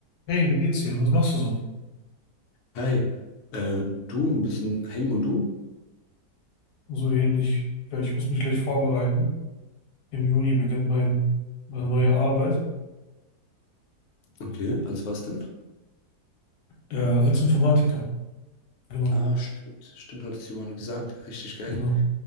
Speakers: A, on the left; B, on the left.
A: Hey, wie geht's dir? Was machst du so?
B: Hi, äh, du ein bisschen hängen und du?
A: So ähnlich. Ja, Ich muss mich gleich vorbereiten. Im Juni beginnt mein, meine neue Arbeit
B: Okay, als was denn?
A: äh, als Informatiker. Genau,
B: Ah, stimmt, stimmt, hat es jemand gesagt. Richtig geil.
A: genau.